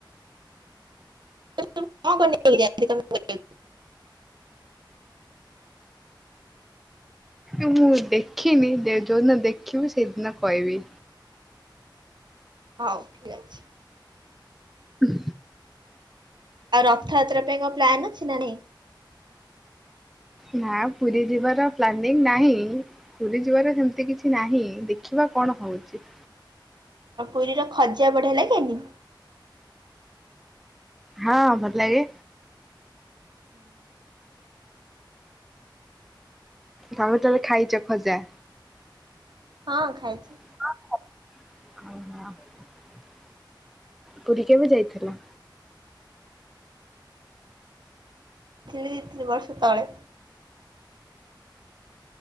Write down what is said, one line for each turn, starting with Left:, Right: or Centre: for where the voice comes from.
Right: <inaudible> କଁ କଁ ନେଇକି ଯାଆନ୍ତି ତମୁ। <inaudible>
Centre: ଏ ମୁଁ ଦେଖିନି ଯେ ଯୋଉ ଦିନ ଦେଖିମି ସେଇଦିନ କଇବି।
Right: ହଉ ଠିକ୍ ଅଛି।
Centre: ଉଃ।
Right: ଆଉ ରଥଆତ୍ରା ପାଇଁ କଁ ପ୍ଲାନ୍ ଅଛି ନା ନାହିଁ?
Centre: ନାଁ ପୁରୀ ଯିବାର ପ୍ଲାନିଂ ନାହିଁ ପୁରୀ ଯିବାର ହେମତି କିଛି ନାହିଁ ଦେଖିବା କଣ ହଉଚି।
Right: ଆଉ ପୁରୀର ଖଜା ବଢ଼ିଆ ଲାଗେନି?
Centre: ହଁ ଭଲ୍ ଲାଗେ।
Right: ହଁ
Centre: ତମେ ତାଲେ ଖାଇଚ ଖଜା?
Right: ହଁ ଖାଇଚି।
Centre: ଓହୋ। ପୁରୀ କେବେ ଯାଇଥିଲା?
Right: ଥିଲି ଦି ତିନି ବର୍ଷ ତଳେ।